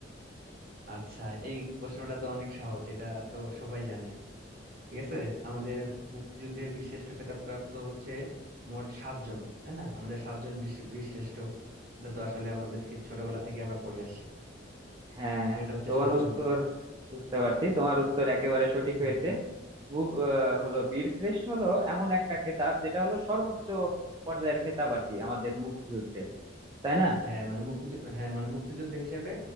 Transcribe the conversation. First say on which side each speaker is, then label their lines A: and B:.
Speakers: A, on the right; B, on the right.
A: আচ্ছা এই প্রশ্নটা তো অনেক সহজ এটা তো সবাই জানে ঠিক আছে আমাদের মুক্তিযুদ্ধে বীরশ্রেষ্ঠ খেতাব প্রাপ্ত হচ্ছে মোট সাতজন তাই না আমাদের সাতজন বীর- বীরশ্রেষ্ঠ এটা তো আসলে আমাদের সেই ছোটবেলা থেকে আমরা পড়ে আসছি
B: হ্যাঁ
A: তো এটা হচ্ছে
B: তোমার
A: সাতজন
B: উত্তর বুঝতে পারছি তোমার উত্তর একেবারে সঠিক
A: হ্যাঁ
B: হয়েছে মু- আহ, হলো বীর শ্রেষ্ঠ হলো এমন একটা খেতাব যেটা হলো সর্বোচ্চ পর্যায়ের খেতাব আর কি আমাদের মুক্তিযুদ্ধের তাই না
A: হ্যাঁ, মানে মুক্তিযুদ্ধ হ্যাঁ মানে মুক্তিযুদ্ধ হিসেবে